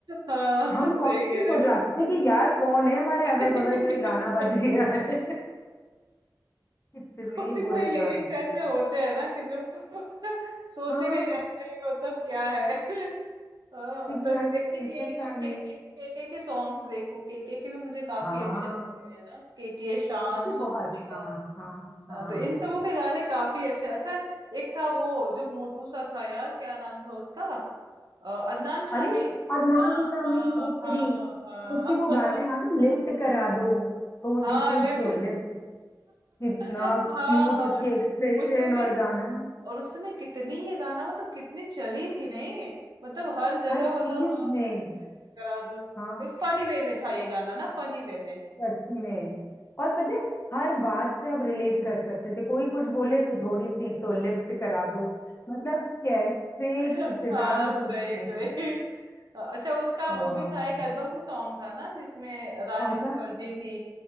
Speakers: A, on the right (about 65°); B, on the left (about 35°).
A: हाँ
B: हम
A: सही
B: कॉन्शियस
A: कह रहे
B: हो
A: हो
B: जाते थे कि यार कौन है हमारे अगल
A: <laughs>
B: बगल जो ये गाना बज गया है <laughs> कितने
A: कोई
B: बुरे
A: कोई लिरिक्स
B: गाने थे।
A: ऐसे होते हैं ना कि जो <laughs> सोचे
B: हाँ
A: नहीं रहते हैं कि मतलब क्या है <laughs> हाँ
B: एग्जैक्टली
A: तो लेकिन ये
B: पता
A: जो
B: नहीं
A: के के के के के सॉन्ग्स देखो के के के भी मुझे काफी
B: हाँ
A: अच्छे लगते हैं ना के के शान
B: वो भी
A: सोनू
B: बहुत
A: निगम
B: हाँ हाँ हाँ
A: हाँ, तो इन सबों के गाने काफी अच्छे अच्छा एक था वो जो मोटू सा था यार क्या नाम था उसका अ, अदनान शामी
B: अरे अदनान
A: हाँ
B: सामी
A: हाँ
B: वो तेरी
A: हाँ हाँ
B: उसकी वो गाना याद है लिफ्ट करा दो थोड़ी
A: हाँ
B: सी
A: लिफ्ट
B: तो लिफ्ट कितना
A: हाँ
B: क्यूट
A: हाँ
B: इसके एक्सप्रेशन
A: उस समय
B: और गाना
A: और उस समय कितनी ये गाना मतलब कितनी चली थी नहीं मतलब हर जगह
B: हर चीज
A: मतलब हाँ
B: में
A: करा दो
B: हाँ
A: एक फनी वे में था ये गाना ना फनी वे में
B: सच में और पता है हर बात से आप रिलेट कर सकते थे कोई कुछ बोले तो थोड़ी सी तो लिफ्ट करा दो मतलब कैसे
A: <laughs>
B: कितना
A: हाँ
B: वो
A: सही
B: time
A: सही
B: पर-
A: अच्छा उसका
B: आ,
A: वो भी था एक एल्बम सॉन्ग था ना जिसमें रानी
B: कौन
A: मुखर्जी
B: सा
A: थी